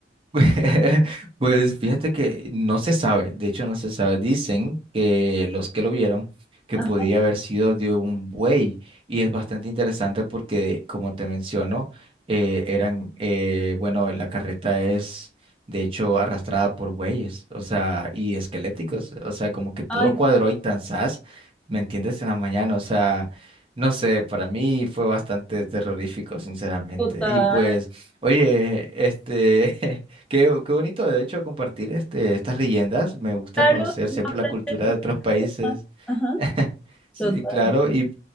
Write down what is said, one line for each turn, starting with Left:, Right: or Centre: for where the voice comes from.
Right: <laughs> Pues fíjate que no se sabe, de hecho no se sabe. Dicen que los que lo vieron que
Centre: Ajá.
Right: podía haber sido de un buey y es bastante interesante porque como te menciono, eh, eran, eh, bueno, la carreta es de hecho arrastrada por bueyes, o sea, y esqueléticos, o sea, como que todo
Centre: Ay,
Right: cuadró y tan zas, ¿me entiendes? En la mañana, o sea, no sé, para mí fue bastante terrorífico, sinceramente.
Centre: total.
Right: Y pues, oye, este... <laughs> Qué, qué bonito, de hecho, compartir este, estas leyendas. Me gusta
Centre: Claro,
Right: conocer
Centre: no
Right: siempre
Centre: aprende
Right: la cultura de otros países.
Centre: Ah, Ajá,
Right: <laughs> Sí,
Centre: total.
Right: claro, y